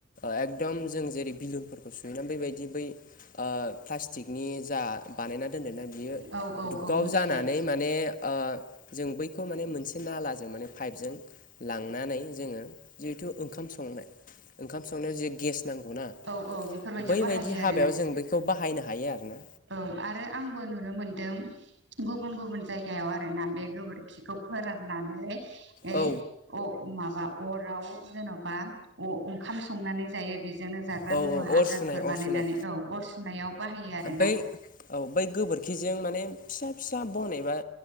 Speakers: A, on the left; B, on the right.
A: एकदम जों जेरै बिलुनफोरखौ सुहैनानै बेबायदि बिदि बै ओ प्लास्टिकनि जा बानायना। दोनदा बियो
B: औ औ
A: दुग्गाव
B: औ मिथिबाय
A: जानानै माने
B: <inaudible>
A: ओ जों बैखौ माने मोनसे नालाजों माने पाइपजों लांनानै जोङो जिहेथु ओंखाम सं
B: <inaudible>
A: ओंखाम संनायाव जे गेस नांगौना
B: औ औ बेफोरबायदियाव
A: बैबायदि
B: बाहायो आरो।
A: हाबायाव जों बेखौ बाहायनो हायो आरो ना।
B: औ आरो आंबो नुनो मोनदों गुबुन गुबुन जायगायाव आरो ना बे गोबोरखिखौ फोराननानै ओइ
A: औ
B: अ माबा अराव जेन'बा अ ओंखाम संनानै जायो बिदि जजोंनो जाग्रा
A: औ
B: मुवा आदारफोर
A: अर सुनाय अर
B: बानायनानै
A: सुनाय
B: औ अर सुनायाव बाहायो आरो
A: बै
B: ना।
A: औ बै गोबोरखिजों माने फिसा फिसा बनायबा